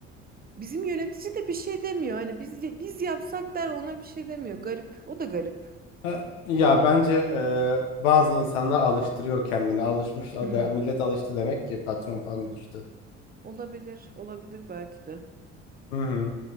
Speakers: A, on the right (about 25°); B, on the left (about 80°).
A: Bizim yönetici de bir şey demiyor. Hani biz biz yapsak der ona bir şey demiyor. Garip. O da garip.
B: Ha, Ya bence e, bazı insanlar alıştırıyor kendini. Alışmış, da-
A: <clears throat>
B: millet alıştı demek ki patron falan alıştı.
A: Olabilir, olabilir belki de.
B: Hı hı.